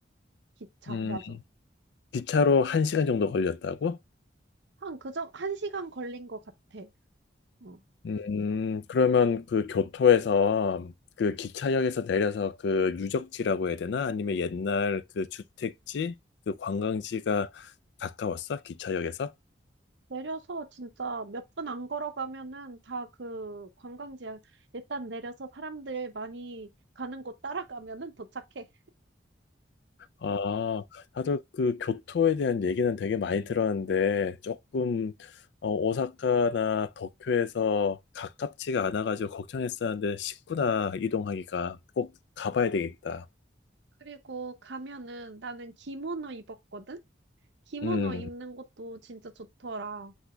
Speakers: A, on the right; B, on the left.
A: 기차,
B: 음,
A: 맞아.
B: 기차로 한시간 정도 걸렸다고?
A: 한, 그저, 한 시간 걸린 것 같아. 응.
B: 음, 그러면 그 교토에서, 그 기차역에서 내려서 그 유적지라고 해야 되나? 아니면 옛날 그 주택지? 그 관광지가 가까웠어? 기차역에서?
A: 내려서 진짜 몇 분 안 걸어가면은 다 그 관광지야. 일단 내려서 사람들 많이 가는 곳 따라가면은 도착해.
B: 아, 다들 그 교토에 대한 얘기는 되게 많이 들었는데, 조금, 어, 오사카나 도쿄에서 가깝지가 않아가지고 걱정했었는데, 쉽구나 이동하기가 꼭 가봐야 되겠다.
A: 그리고 가면은 나는 기모노 입었거든? 기모노
B: 음,
A: 입는 것도 진짜 좋더라.